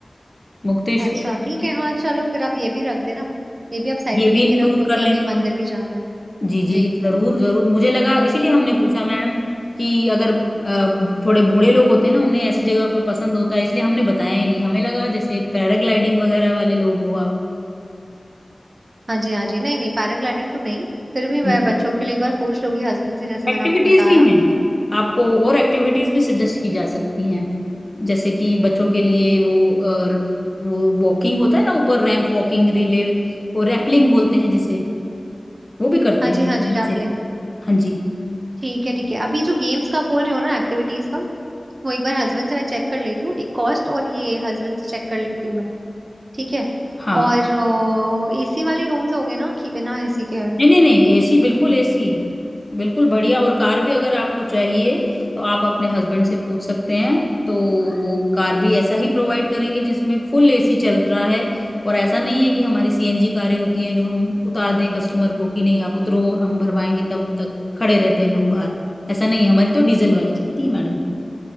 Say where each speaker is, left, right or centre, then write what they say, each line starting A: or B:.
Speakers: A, on the left (about 35°); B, on the right (about 65°).
A: मुक्तेश्वर
B: अच्छा ठीक
A: है,
B: है हाँ चलो फिर आप ये भी रख देना ये भी आप साइड
A: ये
B: में
A: भी
B: लिख
A: इंक्लूड
B: के रख दो
A: कर
B: कि
A: लेंगे
B: हमें मंदिर
A: हम
B: भी जाना है
A: जी जी
B: जी
A: जरूर जरूर मुझे लगा इसीलिए हमने पूछा मैडम कि अगर अ, थोड़े बूढ़े लोग होते हैं ना उन्हें ऐसी जगह पे पसंद होता है इसलिए हमने बताया ही नहीं हमें लगा जैसे पैराग्लाइडिंग वगैरह वाले लोग हो
B: हाँ जी हाँ जी नहीं नहीं पैराग्लाइडिंग तो नहीं फिर भी मैं
A: आप
B: बच्चों के लिए एक बार पूछ लूंगी हस्बैंड से जैसे
A: एक्टिविटीज
B: मैंने आपको बताया
A: भी हैं आपको और एक्टिविटीज भी सजेस्ट की जा सकती हैं जैसे कि बच्चों के लिए वो अ, वो वॉकिंग होता है ना ऊपर रैंप वॉकिंग रिले और रैपलिंग बोलते हैं जिसे वो भी करते
B: हाँ
A: हैं
B: जी हाँ जी
A: बच्चे
B: रैपलिंग
A: हाँ जी
B: ठीक है ठीक है अभी जो गेम्स का बोल रहे हो ना एक्टिविटीज का वो एक बार हस्बैंड से मैं चेक कर लेती हूँ एक कॉस्ट और ये हस्बैंड से चेक कर लेती हूँ मैं ठीक है
A: हाँ
B: और एसी वाले रूम्स हो गए ना कि बिना एसी के
A: नहीं नहीं नहीं एसी बिल्कुल एसी बिल्कुल बढ़िया और कार भी अगर आपको चाहिए तो आप अपने हस्बैंड से पूछ सकते हैं तो वो कार भी ऐसा ही प्रोवाइड करेंगे जिसमें फुल एसी चल रहा है और ऐसा नहीं है कि हमारी सीएनजी कारें होती हैं जो हम उतार दें कस्टमर को कि नहीं आप उतरो और हम भरवाएंगे तब तक खड़े रहते हैं लोग बाहर ऐसा नहीं है हमारी तो डीजल वाली चलती है मैडम